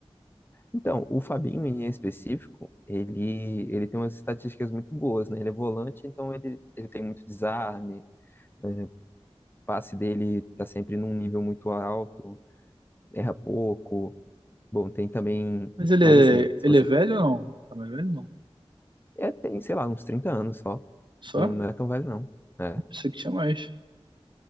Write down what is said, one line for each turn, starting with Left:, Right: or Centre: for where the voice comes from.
Left: Então, o Fabinho, em específico, ele, ele tem umas estatísticas muito boas, né? Ele é volante, então ele, ele tem muito desarme, é, o passe dele tá sempre num nível muito alto, erra pouco. Bom, tem também...
Right: Mas ele
Left: Mas
Right: é,
Left: assim, se
Right: ele
Left: você...
Right: é velho ou não? Tá mais velho não?
Left: É, tem, sei lá, uns 30 anos só.
Right: Só?
Left: Não, não é tão velho, não. É.
Right: Pensei que tinha mais.